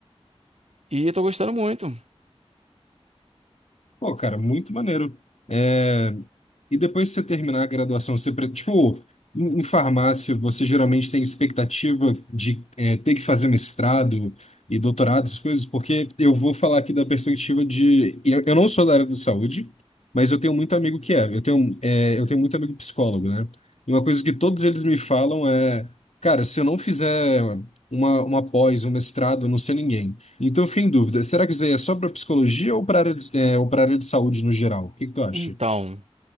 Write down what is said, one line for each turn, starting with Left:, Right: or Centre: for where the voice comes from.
Right: E eu tô gostando muito.
Left: Pô, cara, muito maneiro. É, E depois que você terminar a graduação, você, pre- tipo, em, em farmácia, você geralmente tem expectativa de é, ter que fazer mestrado e doutorado, essas coisas, porque eu vou falar aqui da perspectiva de. Eu, eu não sou da área da saúde, mas eu tenho muito amigo que é. Eu tenho, é, eu tenho muito amigo psicólogo, né? E uma coisa que todos eles me falam é, cara, se eu não fizer uma, uma pós, um mestrado, eu não sei ninguém. Então, eu fiquei em dúvida. Será que isso aí é só para psicologia ou para área de, é, ou para área de saúde no geral? O que que tu acha?
Right: Então,